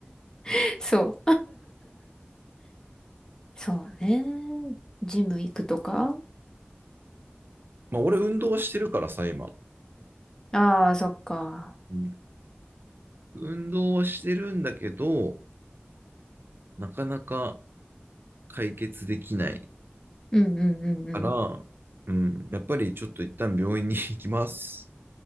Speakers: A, on the left (about 15°); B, on the right (about 60°).
A: そう。そうね。ジム行くとか
B: まあ俺運動はしてるからさ、今。
A: ああー、そっか。
B: うん運動はしてるんだけど、なかなか解決できない
A: うんうんうんうん。
B: から、うん、やっぱりちょっと一旦病院に行きます。